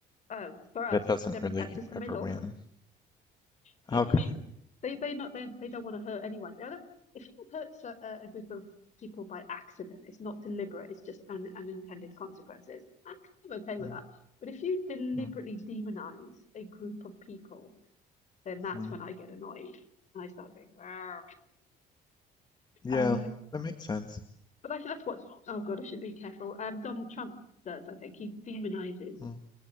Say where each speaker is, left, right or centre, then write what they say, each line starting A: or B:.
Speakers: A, on the left (about 45°); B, on the left (about 25°).
A: uh, for us,
B: that doesn't
A: the Democrats
B: really
A: is the middle.
B: ever win.
A: So
B: Okay.
A: for me, they they not they, they don't want to hurt anyone. They don't, if you hurt a, a group of people by accident, it's not deliberate. It's just un, unintended consequences. I'm kind of okay with
B: Mm,
A: that. But if you deliberately
B: mm,
A: demonize a group of people, then that's
B: mm.
A: when I get annoyed and I start being rare.
B: Yeah,
A: Um,
B: that makes sense.
A: but I think that's what. Oh God, I should be careful. Um, Donald Trump does. I think he demonizes
B: Mm,